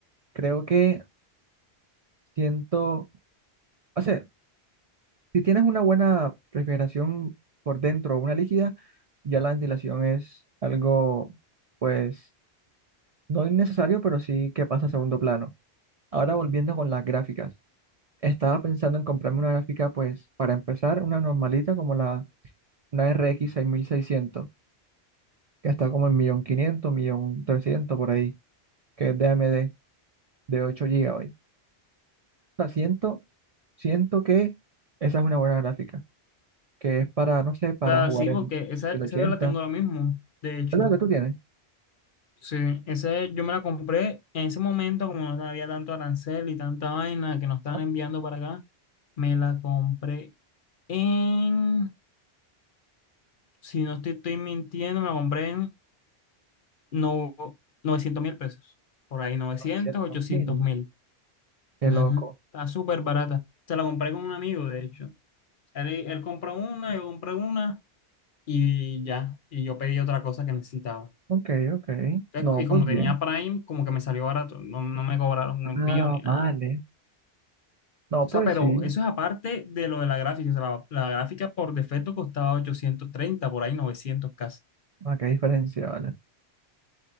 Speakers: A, on the right; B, on the left.
A: creo que siento, o sea, si tienes una buena refrigeración por dentro o una líquida, ya la ventilación es algo, pues, no innecesario, pero sí que pasa a segundo plano. Ahora volviendo con las gráficas, estaba pensando en comprarme una gráfica, pues, para empezar, una normalita como la, una RX seiscientos que está como en 1.500.000, 1.300.000 por ahí, que es de AMD de 8 GB. sea, siento, siento que esa es una buena gráfica, que es para, no sé, para
B: sea,
A: jugar
B: sí,
A: en
B: porque esa,
A: 1080.
B: esa yo la tengo lo mismo, de hecho.
A: ¿Es lo que tú tienes?
B: Sí, esa yo me la compré en ese momento, como no había tanto arancel y tanta vaina que nos estaban
A: Ah,
B: enviando para acá, me la compré en, si no estoy, estoy mintiendo, me la compré en no, novecientos mil pesos. Por ahí 900,
A: novecientos
B: ochocientos
A: mil
B: mil.
A: Qué
B: Ujú,
A: loco.
B: Está súper barata. Se la compré con un amigo, de hecho. Él, él compró una, yo compré una y ya. Y yo pedí otra cosa que necesitaba.
A: Ok, ok.
B: Entonces,
A: No,
B: y
A: pues
B: como tenía
A: bien.
B: Prime, como que me salió barato. No, no me cobraron un envío
A: Ah,
B: ni nada.
A: vale. No,
B: O
A: pues
B: sea, pero
A: sí.
B: eso es aparte de lo de la gráfica. O sea, la, la gráfica por defecto costaba 830 por ahí 900 casi.
A: Ah, qué diferencia, vale.